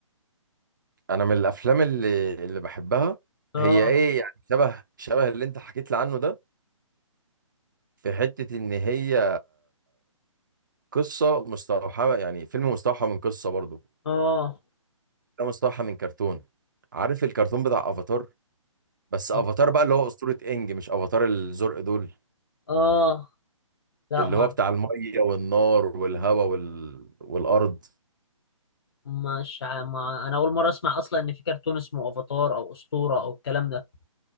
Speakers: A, on the right; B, on the left.
A: انا من الافلام اللي اللي بحبها
B: اه
A: هي ايه يعني شبه شبه اللي انت حكيت لي عنه ده في حتة ان هي قصة مستوحاة يعني فيلم مستوحى من قصة برضه
B: اه
A: ده مستوحى من كرتون عارف الكرتون بتاع افاتار بس
B: طب
A: افاتار بقى اللي هو اسطورة انج مش افاتار الزرق دول
B: اه لا
A: اللي
B: ما
A: هو بتاع المية والنار والهواء وال... والارض
B: مش ع- ما انا اول مرة اسمع اصلا ان في كرتون اسمه افاتار او اسطورة او الكلام ده